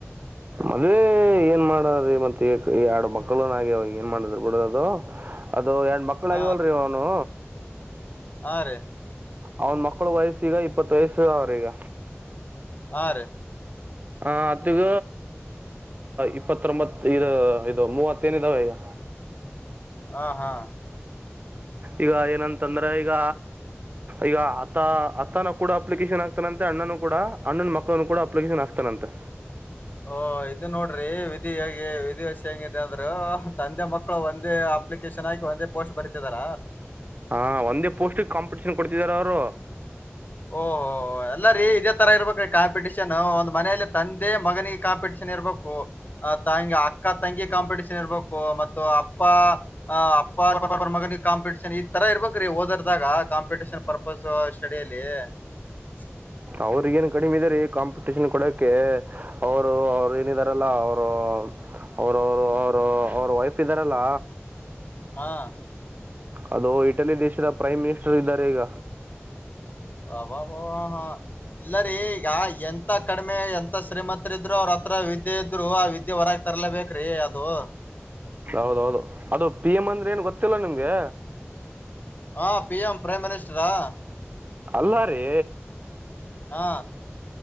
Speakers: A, on the right; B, on the left.
A: ಅದೇ ಏನ್ ಮಾಡದ್ರಿ ಮತ್ತ ಎರಡು ಮಕ್ಕಳುನ್ ಆಗ್ಯ ಅವವಾಗ ಏನ್ ಮಾಡಿದ್ರ ಬಿಡ ಅದು ಅದ ಅದು ಎರಡು ಮಕ್ಕಳ
B: ಹ
A: ಆಗವಲ್ರೀ ಅವನು
B: ಹಾ ರೀ
A: ಅವನ್ ಮಕ್ಕಳ ವಯಸ್ಸೀಗ ಇಪ್ಪತ್ ವಯಸ್ಸ ಅವ್ರಿಗ
B: ಆ
A: ಹ ಅತ್ಗ ಇಪ್ಪತ್ತೊಂಬತ್ ಇ ಇದು ಮೂವತ್ತ ಏನ್ ಇದಾವೆ ಈಗ
B: ಹ ಹಾ
A: ಈಗ ಏನಂತಂದ್ರೆ ಈಗ ಈಗ ಆತ ಅತನ ಕೂಡ ಅಪ್ಲಿಕೇಶನ್ ಆಕ್ತಾನಂತೆ ಅಣ್ಣನು ಕೂಡ ಅಣ್ಣನ ಮಕ್ಕಳನು ಕೂಡ ಅಪ್ಲಿಕೇಶನ್ ಹಾಕ್ತಾನಂತೆ
B: ಓ ಇದು ನೋಡ್ರಿ ವಿಧಿ ಹೇ ವಿಧಿವ ವಷ ಹೆಂಗಿದೆ ಅಂದ್ರ ತಂದೆ ಮಕ್ಕಳು ಒಂದೇ ಅಪ್ಲಿಕೇಶನ್ ಹಾಕಿ ಒಂದೇ ಪೋಸ್ಟ್ ಬರಿತಿದಾರ
A: ಹಾ ಒಂದೇ ಪೋಸ್ಟಕ್ ಕಾಂಪಿಟೇಷನ್ ಕೊಡ್ತಿದಾರ ಅವರು
B: ಓಹೋ ಎಲ್ಲ ರೀ ಇದೇ ತರ ಇರ್ಬೇಕ್ರೀ ಕಾಂಪಿಟೀಷನ್ ಒಂದ್ ಮನೆಯಲ್ಲಿ ತಂದೆ ಮಗನಿಗೆ ಕಾಂಪಿಟಷನ್ ಇರ್ಬೇಕು್ ತಂಗ ಅಕ್ಕ ತಂಗಿ ಕಾಂಪಿಟಷನ್ ಇರ್ಬೇಕು ಮತ್ತು ಅಪ್ಪ ಆ ಅಪ್ಪ ಮಗನಿಗೆ ಕಾಂಪಿಟೇಷನ್ ಈ ತರ ಇರ್ಬೇಕರಿ ಓದರ್ದಾಗ ಕಾಂಪಿಟೇಷನ್ ಪರ್ಪಸ್ ಸ್ಟಡಿಯಲ್ಲಿ ಎ
A: ಅವ್ರಗಏನ್ ಕಡಿಮೆ ಇದಾರೀ ಕಾಂಪಿಟಷನ್ ಕೊಡಕ ಅವರು ಅವರು ಏನಿದಾರಲ್ಲ ಅವರು ಅವ್ರ ಅವರು ಅವರು ಅವ್ರ ವೈಫ್ ಇದ್ದಾರಲ್ಲ
B: ಹಾ
A: ಹಲೋ ಇಟಲಿ ದೇಶದ ಪ್ರೈಮ್ ಮಿನಿಸ್ಟರ್ ಇದ್ದಾರೆ ಈಗ
B: ಅವಬಬ ಹ ಇಲ್ಲರೀ ಈಗ ಎಂತ ಕಡಿಮೆ ಎಂತ ಶ್ರೀಮಂತರ ಇದ್ರು ಅವ್ರತ್ರ ವಿದ್ಯೆ ಇದ್ರು ಆ ವಿದ್ಯೆ ಹೊರಗ್ ತರ್ಲೇಬೇಕ್ರಿ ಅದು
A: ಹೌದೌದು ಅದು ಪಿ ಎಂ ಅಂದ್ರೆ ಏನ್ ಗೊತ್ತಿಲ್ಲ ನಿಮ್ಗೆ
B: ಹಾ ಪಿ ಎಂ ಪ್ರೈಮ್ ಮಿನಿಸ್ಟರಾ
A: ಅಲ್ಲಾರೀ
B: ಹಾ